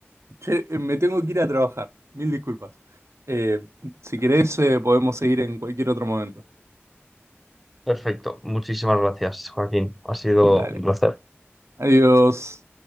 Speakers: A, on the right; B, in the centre.
A: che, eh, me tengo que ir a trabajar, mil disculpas. Eh, si querés, eh, podemos seguir en cualquier otro momento.
B: perfecto. Muchísimas gracias, Joaquín. Ha sido
A: Dale,
B: un placer.
A: adiós.